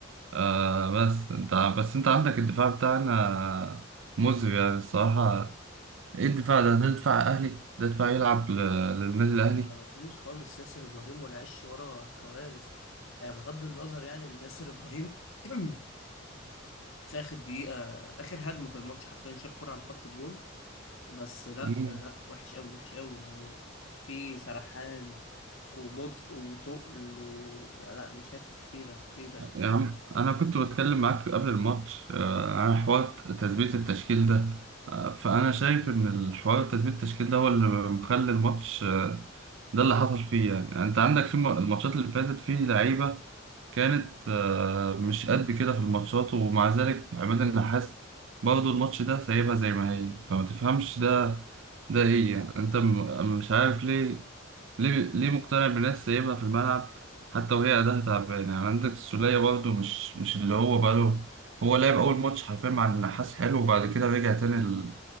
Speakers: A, on the right; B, on the left.
A: آه بس انت بس انت عندك الدفاع بتاعنا مزري يعني الصراحة ايه الدفاع ده ده دفاع اهلي ده دفاع يلعب ل- للنادي الاهلي
B: آه، مفيش خالص ياسر إبراهيم ولا عش ورا كوارث يعني بغض النظر يعني إن ياسر إبراهيم <clears throat> في آخر دقيقة آخر هجمة في الماتش حرفيا شال كرة على خط الجون بس لا
A: مم.
B: لا وحش قوي وحش قوي يعني برضه في سرحان وبطء وتقل و... لا مشاكل كتيرة كتيرة يعني
A: يا عم انا كنت بتكلم معاك قبل الماتش آه عن حوار تثبيت التشكيل ده آه فانا شايف ان الحوار تثبيت التشكيل ده هو اللي مخلي الماتش آه ده اللي حصل فيه يعني يعني انت عندك في الم- الماتشات اللي فاتت في لعيبة كانت آه، مش قد كده في الماتشات ومع ذلك عماد النحاس برضه الماتش ده سايبها زي ما هي فما تفهمش ده ده ايه يعني انت م- مش عارف ليه ليه ليه مقتنع بناس سايبها في الملعب حتى وهي اداها تعبان يعني عندك السولية برضه مش مش اللي هو بقاله هو لعب اول ماتش حرفيا مع النحاس حلو وبعد كده رجع تاني ال-